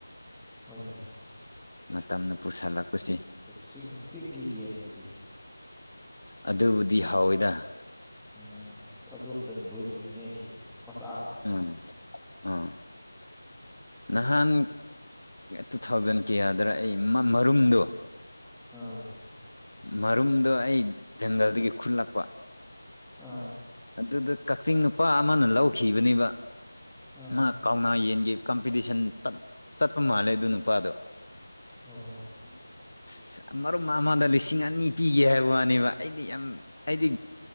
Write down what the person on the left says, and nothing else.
ꯃꯇꯝꯅ ꯄꯨꯁꯜꯂꯛꯄꯁꯤ
ꯑꯗꯨꯕꯨꯗꯤ ꯍꯥꯎꯋꯤꯗ
ꯎꯝ ꯑꯥ ꯅꯍꯥꯟ ꯇꯨ ꯊꯥꯎꯖꯟ ꯀꯌꯥꯗ꯭ꯔꯥ ꯑꯩ ꯃꯔꯨꯝꯗꯣ
ꯃꯔꯨꯝꯗꯣ ꯑꯩ ꯖꯪꯒꯜꯗꯒꯤ ꯈꯨꯠꯂꯛꯄ
ꯑꯗꯨꯗ ꯀꯛꯆꯤꯡ ꯅꯨꯄꯥ ꯑꯃꯅ ꯂꯧꯈꯤꯕꯅꯦꯕ
ꯃꯥ ꯀꯥꯎꯅ ꯌꯦꯟꯒꯤ ꯀꯝꯄꯤꯇꯤꯁꯟꯆꯠ ꯆꯠꯄ ꯃꯥꯜꯂꯦ ꯑꯗꯨ ꯅꯨꯄꯥꯗꯣ
ꯑꯁ ꯃꯔꯨꯞ ꯑꯃꯗ ꯂꯤꯁꯤꯡ ꯑꯅꯤ ꯄꯤꯒꯦ ꯍꯥꯏꯕ ꯋꯥꯅꯦꯕ ꯑꯩꯗꯤ ꯌꯥꯝ ꯑꯩꯗꯤ